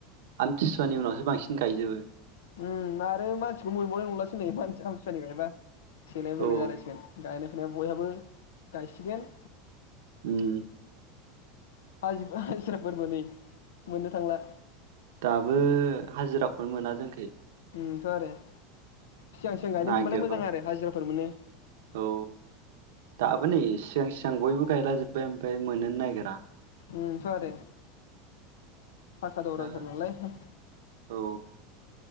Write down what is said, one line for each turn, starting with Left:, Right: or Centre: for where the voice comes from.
Right: आमति सुवानि उनावसो बांसिन गायजोबो
Left: उम आरो मानसिखौ मोनबावनाय नंलासो नै मानसि आमसुवानि गायबा सेलाय
Right: औ
Left: बेलाय जालाय सिगोन गायनाय बयहाबो गायसिगोन
Right: उम
Left: हाजि हाजिराफोरबो नै मोननो थांला
Right: दाबो हाजिराखौनो मोना जोंखै
Left: ओं थ' आरो सिगां सिगां गायनो
Right: नागिरबो
Left: मोनबालाय मोजां आरो हाजिराफोर मोनो
Right: औ दाबो नै सिगां सिगां बयबो गायला जोबबाय ओमफ्राय मोन्नोनो नागिरा।
Left: ओमथ' आरो। फाखा दावराथार
Right: दा
Left: नालाय
Right: औ